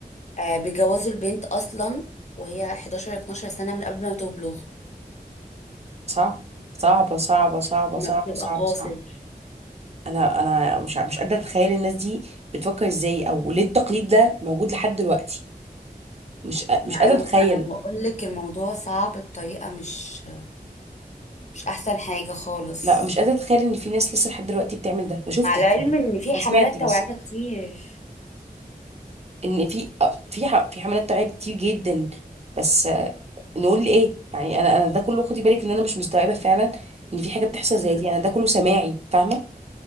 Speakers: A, on the left (about 45°); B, on the right (about 40°).
A: آه، بيجوزوا البنت اصلا وهي 11 12 سنه من قبل ما تبلغ
B: صعبة صعبة صعبة صعبة
A: ما
B: صعبة
A: بتبقى
B: صعبة
A: قاصر
B: صعبة أنا أنا مش ع- مش قادرة أتخيل الناس دي بتفكر إزاي أو ليه التقليد ده موجود لحد دلوقتي مش قا-
A: ما
B: مش قادرة
A: انا
B: أتخيل
A: انا بقول لك الموضوع صعب بطريقه مش مش احسن حاجه خالص
B: لا مش قادرة أتخيل إن في ناس لسه لحد دلوقتي بتعمل ده ما شفتش
A: على العلم
B: يعني
A: ان في
B: أنا
A: حملات
B: سمعت بس
A: توعيه كتير
B: إن في في ح- في حملات توعية كتير جدا بس آه، نقول لإيه يعني أنا أنا ده كله خدي بالك إن أنا مش مستوعبة فعلا إن في حاجة بتحصل زي
A: مم.
B: دي أنا ده كله سماعي فاهمة